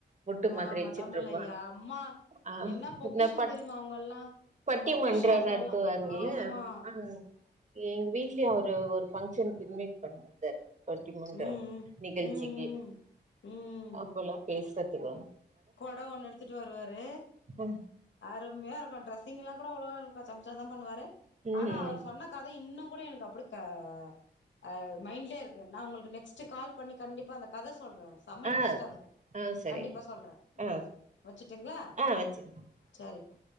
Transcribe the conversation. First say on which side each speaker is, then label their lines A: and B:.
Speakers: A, on the right; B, on the left.
A: முட்டு மாதிரி
B: ஆமா
A: வெச்சுட்டு
B: தமிழ்
A: இருப்ப
B: ஐயா அம்மா
A: ஆ
B: என்ன பொக்கிஷம்
A: இல்ல பட்
B: தெரியுமா அவங்கல்லா
A: பட்டிமன்றோ
B: பொக்கிஷோ அவங்கல்லா
A: நடத்துவார் இல்ல
B: ஆமா
A: ஆ எங்க வீட்லியு அவரு ஒரு ஃபங்க்கு இன்வைட் பண்ணிருந்தாரு பட்டிமன்றோ
B: ம்
A: நிகழ்ச்சிக்கி
B: ம் ம் ம் ம்
A: அப்பல்லா பேசுறதுக்
B: கொட ஒன்னு எடுத்துட் வருவாரு
A: ம்
B: அரும்மையா இருக்கு டிரெஸிங் எல்லா கூட அவ்ளோ <unintelligible> தா பண்ணுவாரு
A: ம்
B: ஆனா அவுர் சொன்ன கதை இன்னு கூட எனக் அப்டி தா ஆ மைண்ட்லே இருக்கு நா உங்களுக் நெக்ஸ்ட் கால் பண்ணி கண்டிப்பா அந்த கத சொல்றே சம்ம இன்ட்ரெஸ்ட்டா
A: ஆ
B: இருக்கு
A: ஆ சரிங்க
B: கண்டிப்பா சொல்றே
A: ஆ
B: ம் வச்சுட்டுங்களா
A: ஆ வச்சு
B: ச்சரிப்பா